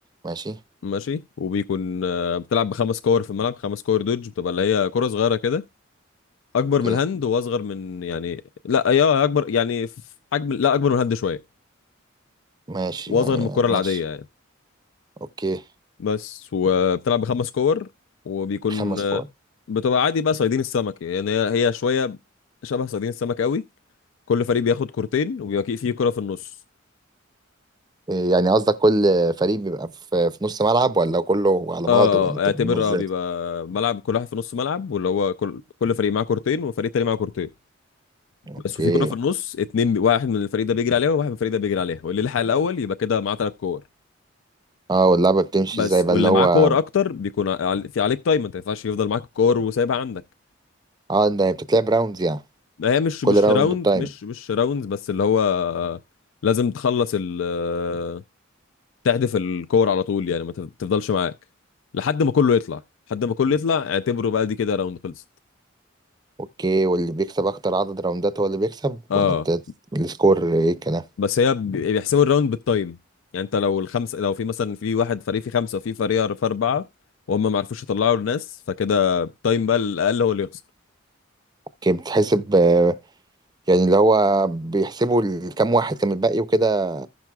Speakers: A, on the right (about 20°); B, on the left (about 70°).
A: ماشي
B: ماشي وبيكون آه، بتلعب بخمس كور في الملعب خمس كور دوج بتبقى اللي هي كرة صغيرة كده أكبر
A: اوكي
B: من الهاند وأصغر من يعني لا يا أكبر يعني في حجم لا أكبر من الهاند شوية
A: ماشي
B: وأصغر
A: يعني
B: من الكرة العادية
A: ماشي
B: يعني
A: اوكي
B: بس وبتلعب بخمس كور وبيكون
A: خمس
B: آه،
A: فوق
B: بتبقى عادي بقى صيادين السمك يعني هي هي شوية شبه صيادين السمك قوي كل فريق بياخد كورتين وبيبقى فيه كرة في النص
A: إيه يعني قصدك كل فريق بيبقى في, في نص ملعب ولا كله على بعضه
B: اه
A: ولا
B: آه،
A: بتبقى
B: اعتبر
A: عاملة ازاي
B: اه بيبقى ملعب كل واحد في نص ملعب واللي هو كل كل فريق معاه كورتين وفريق تاني معاه كورتين
A: اوكي
B: بس وفي كوره في النص اتنين واحد من الفريق ده بيجري عليها وواحد من الفريق ده بيجري عليها واللي لحق الاول يبقى كده معاه ثلاث كور
A: اه واللعبه بتمشي
B: بس
A: ازاي بقى
B: واللي
A: اللي هو
B: معاه كور اكتر بيكون عل- في عليك تايم انت ما ينفعش يفضل معاك الكور وسايبها عندك
A: اه ده بتتلعب راوندز يعني
B: ما هي مش
A: كل
B: مش
A: راوند
B: راوند
A: بتايم
B: مش مش راوند بس اللي هو آه، لازم تخلص ال آه، تحدف الكور على طول يعني ما تف- تفضلش معاك لحد ما كله يطلع لحد ما كله يطلع اعتبره بقى دي كده راوند خلصت
A: اوكي واللي بيكسب اكتر عدد راوندات هو اللي بيكسب
B: اه
A: ولا بت... السكور ايه الكلام
B: بس هي ب- بيحسبوا الراوند بالتايم يعني انت لو الخمسه لو في مثلا في واحد فريق فيه خمسه وفي فريق في اربعه وهم ما عرفوش يطلعوا الناس فكده التايم بقى الاقل هو اللي يخسر
A: اوكي بتحسب آه، يعني اللي هو بيحسبوا ال- كام واحد كان الباقي وكده